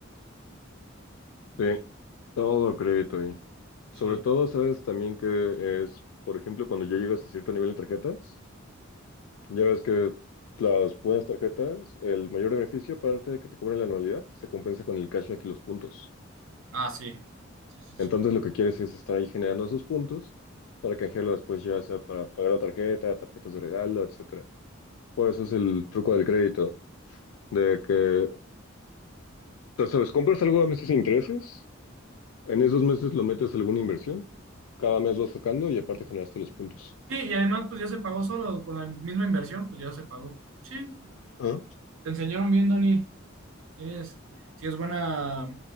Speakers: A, on the left; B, on the right.
A: sí, todo a crédito.
B: Sí.
A: Sobre todo, sabes también que es, por ejemplo, cuando ya llegas a cierto nivel de tarjetas, ya ves que las buenas tarjetas, el mayor beneficio, aparte de que te cobran la anualidad, se compensa con el cashback y los puntos.
B: Ah, sí. Sí, sí,
A: Entonces,
B: sí.
A: lo que quieres es estar ahí generando esos puntos para canjearlo después, ya sea para pagar la tarjeta, tarjetas de regalo, etcétera. Por eso es el truco del crédito, de que, tú sabes, compras algo a meses sin intereses, en esos meses lo metes a alguna inversión, cada mes vas sacando y aparte generaste los puntos.
B: Sí, y además, pues ya se pagó solo, con la misma inversión, pues ya se pagó. Sí,
A: Ah,
B: Te enseñaron bien, Dani. Tienes, tienes buena,